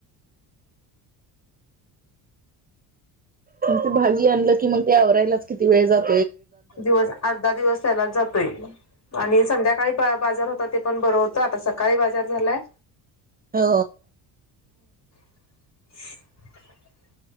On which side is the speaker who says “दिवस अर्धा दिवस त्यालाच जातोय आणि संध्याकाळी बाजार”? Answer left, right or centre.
Left